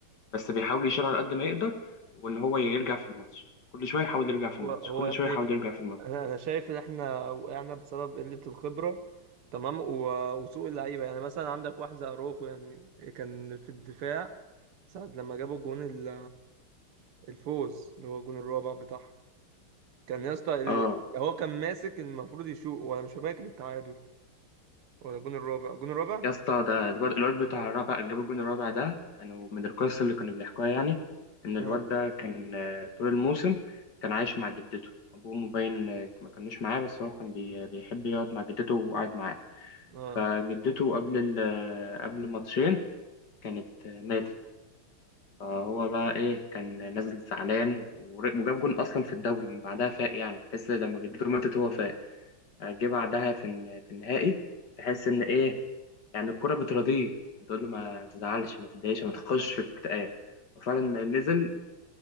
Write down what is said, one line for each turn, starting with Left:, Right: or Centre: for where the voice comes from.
Left: بس بيحاول يشيل على قد ما يقدر وان هو يرجع في الماتش كل شويه يحاول يرجع في الماتش
Right: هو هو
Left: كل
Right: يا ابني
Left: شويه يحاول يرجع في الماتش
Right: انا انا شايف ان احنا وقعنا بسبب قلة الخبرة تمام و- وسوء اللعيبة يعني مثلا عندك واحد زي اروخو يعني كان في الدفاع ساعة لما جابوا جون ال- الفوز اللي هو الجون الرابع بتاعهم كان يا اسطى ال...
Left: اه
Right: هو كان ماسك المفروض يشوط ولا مش فاكر التعادل ولا الجون الرابع الجون الرابع
Left: يا اسطى ده الواد الواد بتاع الرابع اللي جاب الجون الرابع ده كانوا من القصص اللي كانوا بيحكوها يعني ان الواد
Right: اه
Left: ده كان آه، طول الموسم كان عايش مع جدته ابوه مبين آه، ما كانوش معاه بس هو كان بي- بيحب يقعد مع جدته وقعد معاه
Right: اه
Left: فجدته قبل ال- آه، قبل ماتشين كانت آه، ماتت فهو بقى ايه كان نازل زعلان ور- وجاب جون اصلا في الدوري من بعدها فاق يعني تحس لما جدته ماتت هو فاق جه بعدها في الن- في النهائي تحس ان ايه يعني الكرة بترضيه بتقول له ما تزعلش ما تتضايقش ما تخش في اكتئاب وفعلا نزل